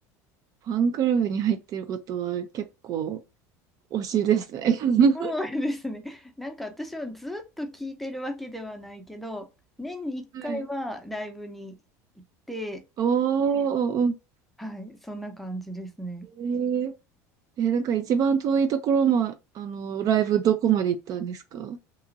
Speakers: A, on the right (about 45°); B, in the centre.
A: ファンクラブに入っていることは結構推しですね。<laughs>
B: <laughs> そうですね。なんか私はずっと聞いてるわけではないけど、年に1回はライブに行って、
A: はい。<laughs> おー。おー
B: はい、そんな感じですね。
A: おーえ、なんか一番遠いところま、あの、ライブどこまで行ったんですか